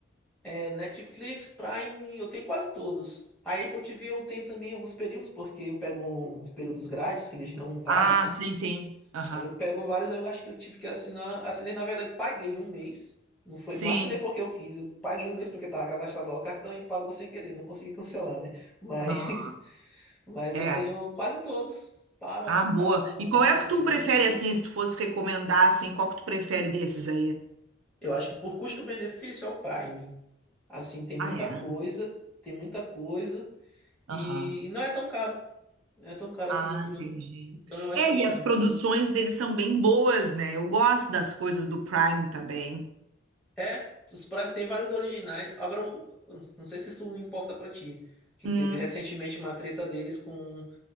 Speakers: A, in the centre; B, on the right.
A: É Netflix, Prime, eu tenho quase todos. A Apple TV eu tenho também alguns períodos, porque eu pego uns períodos grátis, que eles dão vários.
B: Ah, sim, sim. Aham.
A: Aí eu pego vários, eu acho que eu tive que assinar. Assinei, na verdade, paguei um mês. Não, foi,
B: Sim.
A: não assinei porque eu quis, eu paguei um mês porque estava cadastrado lá o cartão e pagou sem querer, não consegui <laughs> cancelar, né? Mas,
B: Não.
A: mas
B: É.
A: eu tenho quase todos. para
B: Ah, boa.
A: tá no,
B: E qual
A: no
B: é
A: ponto
B: que
A: de
B: tu
A: coisa.
B: prefere,
A: né?
B: assim, se tu fosse recomendar, assim, qual que tu prefere desses aí?
A: Eu acho que por custo-benefício é o Prime. Assim, tem muita
B: Ah, é?
A: coisa, tem muita coisa e,
B: Aham.
A: e não é tão caro. É tão cara
B: Ah,
A: a assinatura.
B: entendi.
A: Então eu acho
B: É,
A: que
B: e
A: o Prime.
B: as produções deles são bem boas, né? Eu gosto das coisas do Prime também.
A: É, os Prime tem vários originais. Agora, eu eu não sei se isso importa pra ti. Que
B: Hum.
A: teve recentemente uma treta deles com,